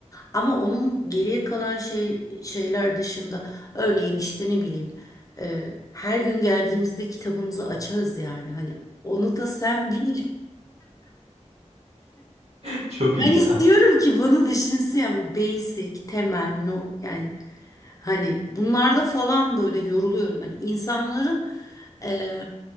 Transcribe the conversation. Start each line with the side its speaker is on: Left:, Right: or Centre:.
Left: Ama onun geriye kalan şey şeyler dışında örneğin işte ne bileyim e, her gün geldiğimizde kitabımızı açarız yani. Hani onu da sen bil.
Right: <laughs> Çok
Left: Ben
Right: iyi
Left: istiyorum ki bunu düşünsün ya bu basic, temel, no, yani hani bunlarda falan böyle yoruluyorum. Hani insanların e,